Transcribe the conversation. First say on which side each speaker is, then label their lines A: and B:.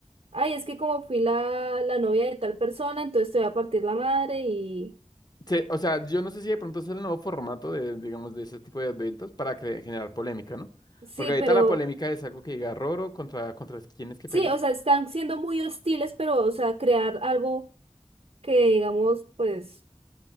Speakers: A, on the right; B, on the left.
A: ay, es que como fui la, la novia de tal persona, entonces te voy a partir la madre y
B: Sí, o sea, yo no sé si de pronto es el nuevo formato de, digamos, de ese tipo de eventos para cre- generar polémica, ¿no?
A: sí,
B: Porque ahorita
A: pero
B: la polémica es algo que diga Roro contra, contra quienes que
A: sí,
B: pelean
A: o sea, están siendo muy hostiles, pero, o sea, crear algo que digamos, pues